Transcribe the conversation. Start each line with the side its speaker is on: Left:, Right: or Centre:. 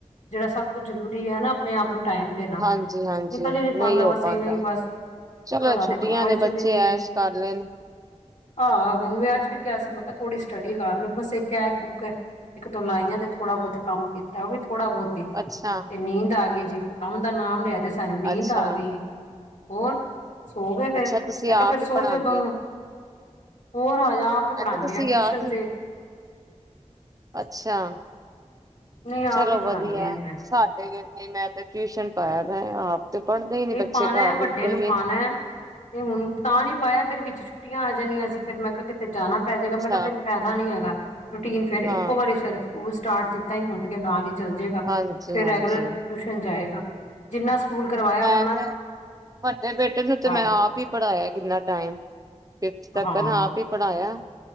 Left: ਜੜਾ ਸਭ ਤੋਂ ਜ਼ਰੂਰੀ ਐ ਨਾ ਆਪਣੇ ਆਪ ਨੂੰ ਟਾਈਮ ਦੇਨਾ
Right: ਹਾਂਜੀ ਹਾਂਜੀ
Left: ਨਿਕਲ ਈ ਨੀ ਪਾਂਦਾ।
Right: ਨਹੀਂ ਹੋ
Left: ਬਸ
Right: ਪਾਉਂਦਾ।
Left: ਇਵੇਂ ਈ ਬਸ
Right: ਚਲੋ
Left: ਘਰਾਂ
Right: ਛੁੱਟੀਆਂ
Left: ਦੇ ਕੰਮਾਂ
Right: ਨੇ
Left: ਇੱਚੋਂ
Right: ਬੱਚੇ
Left: ਨੀ ਵੇਲ਼
Right: ਐਸ਼ ਕਰ ਲੈਨ
Left: ਆ ਹੁਨ ਮੈਂ ਆੱਜ ਵੀ ਕਿਆ ਸੀ ਮੈਂ ਕਿਆ ਥੋੜੀ ਸਟੱਡੀ ਕਰ ਲੋ ਬਸ ਏ ਕੈ ਕੂ ਕੇ ਏੱਕ-ਦੋ ਲਾਈਆਂ ਤੇ ਥੋੜਾ ਬੋਤ ਕੰਮ ਕੀਤਾ, ਓ ਵੀ ਥੋੜਾ ਬੋਤ।
Right: ਅੱਛਾ
Left: ਤੇ ਨੀਂਦ ਆ ਗਈ ਜੀ, ਕੰਮ ਦਾ ਨਾਮ ਲਿਐ ਤੇ ਸਾਨੂੰ ਨੀਂਦ
Right: ਅੱਛਾ।
Left: ਆ ਗਈ ਏ। ਹੋਰ ਸੋ ਗੇ ਫੇਰ।
Right: ਅੱਛਾ ਤੁਸੀਂ
Left: ਮੈਂ
Right: ਆਪ
Left: ਕਿਆ ਫੇਰ ਸੋ
Right: ਹੀ ਪੜ੍ਹਾਉਂਦੇ
Left: ਜੋ ਦੋਨੋ।
Right: ਹੋ
Left: ਹੋਰ ਹਜੇ ਆਪ ਹੀ
Right: ਮੈਂ
Left: ਪੜ੍ਹਾਨੇ
Right: ਕਿਹਾ ਤੁਸੀਂ
Left: ਆ ਟਿਊਸ਼ਨਸ
Right: ਜੀ
Left: ਤੇ
Right: ਅੱਛਾ।
Left: ਨਹੀਂ ਆਪ
Right: ਚਲੋ
Left: ਹੀ ਕਰਾਉਂਦੀ
Right: ਵਧੀਐ।
Left: ਆ ਮੈਂ
Right: ਸਾਡੇ <unintelligible> ਮੈਂ ਤੇ ਟਿਊਸ਼ਨ ਪਾਇਆ ਦੈ ਆਪ। ਤੇ ਪੜ੍ਹਦੇ ਈ ਨੀ
Left: ਨਹੀਂ
Right: ਬੱਚੇ
Left: ਪਾਉਣਾ
Right: ਘਾਰ ਬਿਲਕੁਲ
Left: ਵੱਡੇ ਨੂੰ
Right: ਵੀ।
Left: ਪਾਉਣਾ ਤੇ ਹੁਨ ਤਾਂ ਨੀ ਪਾਇਆ ਫੇਰ ਵਿੱਚ ਛੁੱਟੀਆਂ ਆ ਜਾਨੀਆਂ ਸੀ ਫੇਰ ਮੈਂ ਕਿਆ ਕਿਤੇ ਜਾਨਾ ਪੈ ਜੇਗਾ।
Right: ਅੱਛਾ।
Left: ਮੈਂ ਕਿਆ ਫੇਰ ਫੈਦਾ ਨੀ ਹੈਗਾ। ਰੋਟੀਨ ਫੇਰ ਇੱਕੋ
Right: ਹਾਂ
Left: ਵਾਰੀ ਸਵੇਰੇ ਸਕੂਲ ਸਟਾਰਟ ਜਿੱਦਾਂ ਹੀ ਹੂਨਗੇ ਨਾਲ ਈ ਚੱਲ ਜੇਗਾ
Right: ਹਾਂਜੀ-ਹਾਂਜੀ
Left: ਫੇਰ ਰੈਗੂਲਰ ਟਿਊਸ਼ਨ ਜਾਏਗਾ ਜਿੰਨਾ ਸਕੂਲ ਕਰਵਾਇਆ ਓ-
Right: ਅਛਾ ਵੱਡੇ ਬੇਟੇ ਨੂੰ ਤੇ ਮੈਂ
Left: ਦਾ
Right: ਆਪ ਹੀ ਪੜਾਇਆ ਕਿੰਨਾ ਟਾਈਮ। ਫਿਫਥ ਤੱਕ
Left: ਹਾਂ
Right: ਨਾ ਆਪ ਹੀ ਪੜਾਇਆ,